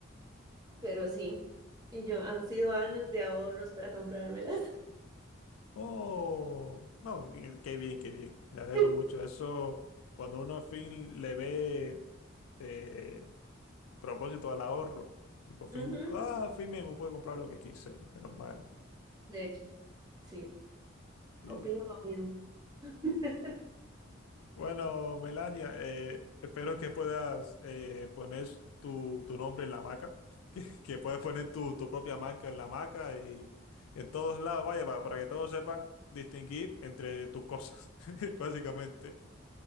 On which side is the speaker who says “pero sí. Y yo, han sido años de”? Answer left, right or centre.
Right